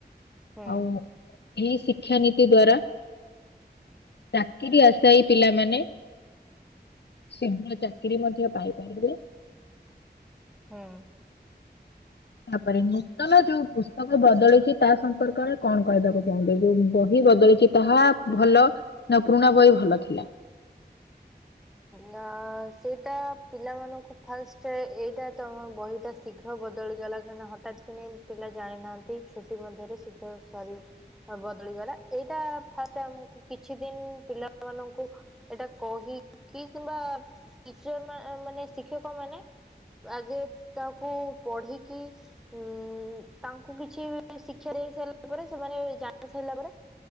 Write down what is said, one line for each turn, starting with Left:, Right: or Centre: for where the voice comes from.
Centre: ହୁଁ
Left: ଆଉ ଏଇ ଶିକ୍ଷାନୀତି ଦ୍ଵାରା ଚାକିରି ଆସେ ଏଇ ପିଲାମାନେ ଶୀଘ୍ର ଚାକିରି ମଧ୍ୟ ପାଇପାରିବେ।
Centre: ହୁଁ।
Left: ତାପରେ ନୂତନ ଯୋଉ ପୁସ୍ତକ ବଦଳିଛି ତା ସମ୍ପର୍କରେ କଣ କହିବାକୁ ଚାହୁଁଛନ୍ତି ଯୋଉ ବହି ବଦଳିଛି ତାହା ଭଲ ନା ପୁରୁଣା ବହି ଭଲ ଥିଲା?
Centre: ନା ସେଇଟା ପିଲାମାନଙ୍କୁ ଫାଷ୍ଟ ଏଇଟା ତମ ବହିଟା ଶୀଘ୍ର ବଦଳିଗଲା କାହିଁକିନା ହଠାତ୍ କିନି ପିଲା ଜାଣିନାହାନ୍ତି ଛୁଟି ମଧ୍ୟରେ ଶୀଘ୍ର ସରି ବଦଳି ଗଲା ଏଇଟା ଫାଷ୍ଟ ଆମକୁ କିଛି ଦିନ ପିଲାମାନଙ୍କୁ ଏଟା କହିକି କିମ୍ବାର ମାନେ ଶିକ୍ଷକ ମାନେ ଆଗେ ତାକୁ ପଢ଼ିକି ଉଁ ତାଙ୍କୁ କିଛି ଶିକ୍ଷା ଦେଇ ସାରିଲା ପରେ ସେମାନେ ଜାଣି ସାରିଲା ପରେ